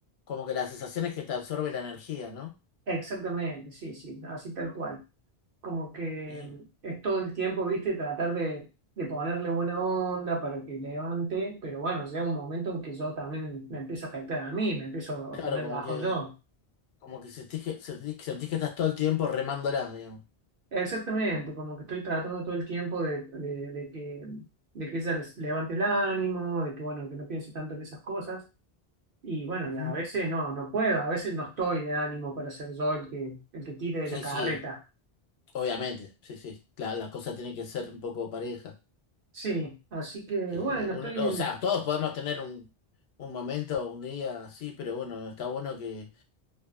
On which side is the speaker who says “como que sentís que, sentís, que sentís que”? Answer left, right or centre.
Left